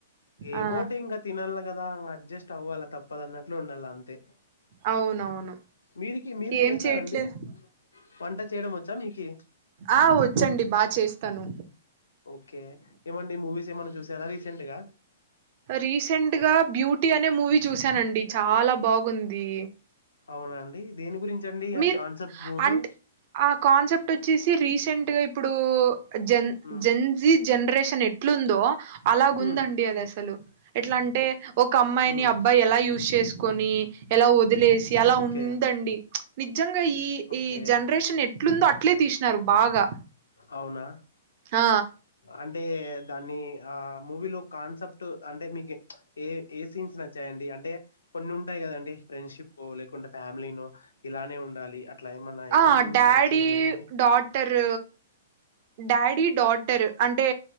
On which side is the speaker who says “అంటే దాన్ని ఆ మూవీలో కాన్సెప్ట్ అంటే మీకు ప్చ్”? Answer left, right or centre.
Left